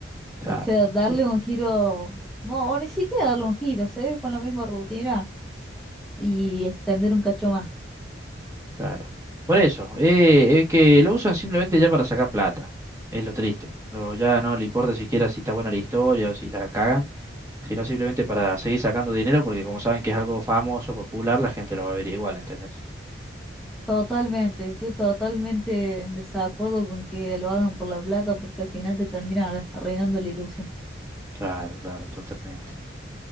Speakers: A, on the right; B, in the centre.
A: claro,
B: O sea, darle
A: muy
B: un giro, no, o ni siquiera darle un giro, seguir con la misma rutina y extender un cacho más.
A: claro. Por eso, eh, es que lo usan simplemente ya para sacar plata. Es lo triste. No, ya no le importa siquiera si está buena la historia o si la cagan, sino simplemente para seguir sacando dinero, porque como saben que es algo famoso, popular, la gente lo va a ver igual, ¿entendés?
B: Totalmente, estoy totalmente en desacuerdo con que lo hagan por la plata porque al final te termina arruinando la ilusión.
A: Claro, claro, totalmente.